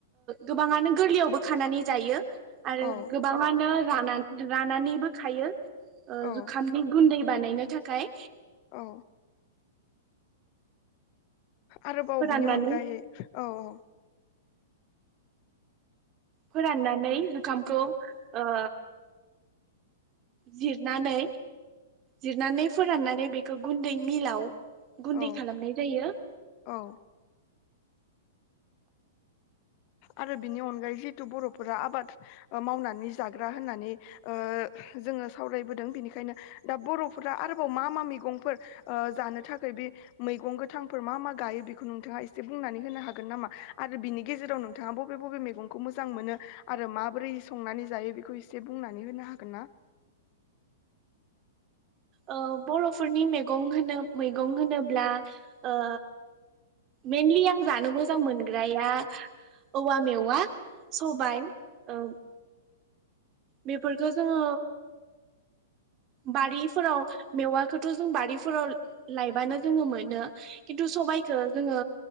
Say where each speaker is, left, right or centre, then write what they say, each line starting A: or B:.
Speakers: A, on the right; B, on the left.
A: गोबाङानो गोरलैयावबो खानानै जायो। आरो
B: औ
A: गोबाङानो राग नान रानानैबो खायो। ओ
B: औ
A: जुखामनि गुन्दैब बानायनो थाखाय
B: औ आरोबाव
A: फोराननानै
B: बिनि अनगायै औ-औ
A: फोराननानै जुखामखौ ओ जिरनानै जिरनानै फोराननानै बेखौ गुन्दै मिलाव गुन्दै
B: औ
A: खालामनाय जायो।
B: औ आरो बिनि अनगायै जितु बरफोरा आबाद मावनानै जाग ग्रा होननानै ओ जोंङो सावरायबोदों बिनिखायनो दा बरफोरा आरोबाव मा मा मैगंफोर ओ जानो थाखै बे मैगं गोथांफोर मा मा गायो बेखौ नोंथाङा एसे बुंनानै होनो हागोन नामा आरो बिनि गेजेर दाव नोंथाङा बबे बबे मेगंखौ मोजां मोनो आरो माबोरै संनानै जायो बेखौ एसे बुंनानै होनो हागोन ना?
A: औ बरफोरनि मेगं होनो मैगं होनोब्ला ओ मेनलि आं जानो मोजां मोनग्राया औवा मेवा सबाइ उम बेफोरखो जोंङो बारिफोराव मेवाखोथ जों बारिफोराव लायबानो जोंङो मोनो खिन्थु सबाइखौ जोंङो